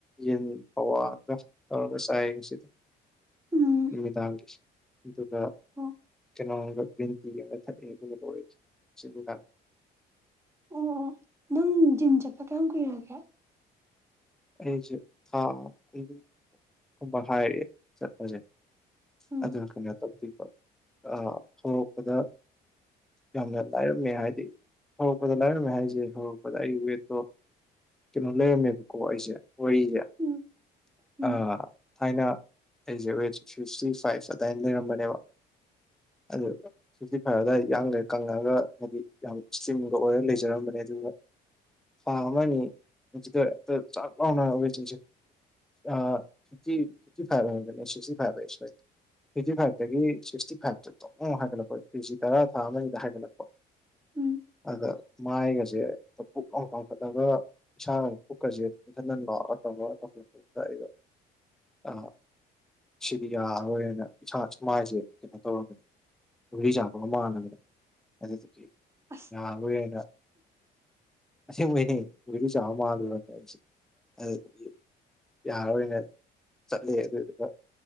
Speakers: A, in the centre; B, on the right.
A: ꯌꯦꯟ ꯄꯧꯋꯥ ꯑꯝꯒ ꯇꯧꯔꯒ ꯆꯥꯏꯌꯦ ꯉꯁꯤꯗ
B: ꯎꯝ
A: ꯅꯨꯃꯤꯗꯥꯡꯒꯤꯁꯨ ꯑꯗꯨꯒ
B: ꯑꯣ
A: ꯀꯩꯅꯣꯝꯒ ꯒ꯭ꯔꯤꯟꯇꯤ ꯑꯃꯒ ꯊꯛꯑꯦ ꯑꯗꯨꯒ ꯂꯣꯢꯔꯦ ꯉꯁꯤ ꯅꯨꯡꯗꯥꯡꯒꯤ
B: ꯑꯣ ꯑꯣ ꯅꯪ ꯖꯤꯝ ꯆꯠꯄ ꯀꯌꯥꯝ ꯀꯨꯏꯔꯒꯦ
A: ꯑꯩꯁꯦ ꯊꯥ ꯑꯅꯤ ꯑꯍꯨꯝ ꯃꯈꯥꯏ ꯆꯠꯄꯖꯦ
B: ꯎꯝ
A: ꯑꯗꯨꯅ ꯀꯩꯅꯣ ꯇꯧꯗꯦꯏꯕ ꯑꯥ ꯍꯧꯔꯛꯄꯗ ꯌꯥꯝꯅ ꯂꯥꯏꯔꯝꯃꯦ ꯍꯥꯏꯗꯤ ꯍꯧꯔꯛꯄꯗ ꯂꯥꯏꯔꯝꯃꯦ ꯍꯥꯏꯁꯦ ꯍꯧꯔꯛꯄꯗ ꯑꯩꯒꯤ ꯋꯦꯠꯇꯣ ꯀꯩꯅꯣ ꯂꯩꯔꯝꯃꯦꯕꯀꯣ ꯑꯩꯁꯦ ꯋꯥꯔꯤꯁꯦ
B: ꯎꯝ ꯎꯝ
A: ꯑꯥ ꯊꯥꯏꯅ ꯑꯩꯁꯦ ꯋꯦꯖ ꯐꯤꯐꯇꯤ ꯐꯥꯏꯚ ꯑꯗꯥꯏꯅ ꯂꯩꯔꯝꯕꯅꯦꯕ ꯑꯗꯨ ꯐꯤꯐꯇꯤ ꯐꯥꯏꯚ ꯑꯗꯨꯋꯥꯏꯗ ꯌꯥꯡꯒ ꯀꯪꯉꯒ ꯍꯥꯏꯗꯤ ꯌꯥꯝ ꯁ꯭ꯇꯔꯤꯝꯒ ꯑꯣꯏꯔꯒ ꯂꯩꯖꯔꯝꯕꯅꯤ ꯑꯗꯨꯒ ꯊꯥ ꯑꯃꯅꯤ ꯍꯧꯖꯤꯛ ꯈꯥꯇ ꯆꯛ ꯂꯥꯎꯅ ꯋꯦꯠꯁꯦ ꯑꯥ ꯐꯤꯐꯇꯤ ꯐꯤꯐꯇꯤ ꯐꯥꯏꯚ ꯍꯥꯏꯕꯅꯦ ꯁꯤꯛꯇꯤ ꯐꯥꯏꯚ ꯍꯥꯏ ꯁꯣꯏꯔꯦ ꯐꯤꯐꯇꯤ ꯐꯥꯏꯚꯇꯒꯤ ꯁꯤꯛꯁꯇꯤ ꯐꯥꯏꯚꯇ ꯇꯣꯛ ꯂꯥꯎꯅ ꯍꯥꯏꯒꯠꯂꯛꯄ ꯀꯦꯖꯤ ꯇꯔꯥ ꯊꯥ ꯑꯃꯅꯤꯗ ꯍꯥꯏꯒꯠꯂꯛꯄ
B: ꯎꯝ
A: ꯑꯥꯗ ꯃꯥꯏꯒꯁꯦ ꯄꯨꯛ ꯂꯥꯎꯅ ꯀꯥꯝꯈꯠꯂꯒ ꯏꯁꯥꯒ ꯄꯨꯀꯖꯦ ꯏꯊꯟ ꯊꯟꯕ ꯑꯇꯃꯥꯏ ꯇꯧꯔ ꯇꯧꯕꯗꯨꯗ ꯑꯩꯗꯣ ꯑꯥ ꯁꯤꯗꯤ ꯌꯥꯔꯣꯏꯅ ꯏꯁꯥ ꯁꯨ ꯃꯥꯏꯁꯦ ꯀꯩꯅꯣ ꯇꯧꯔꯕꯅꯦ ꯒꯨꯂꯤ ꯆꯥꯕꯒ ꯃꯥꯟꯂꯕꯅꯦ ꯑꯗꯨꯗꯨꯒꯤ
B: ꯑꯁ
A: ꯅꯍꯥꯟꯒꯩ ꯑꯩꯅ ꯑꯁꯦꯡꯕꯩꯅꯦ ꯒꯨꯂꯤ ꯆꯥꯕ ꯃꯥꯜꯂꯨꯔꯕꯅꯤ ꯑꯗꯨꯗꯒꯤ ꯌꯥꯔꯣꯏꯅ ꯆꯠꯂꯦ ꯑꯗꯨꯗꯨꯒ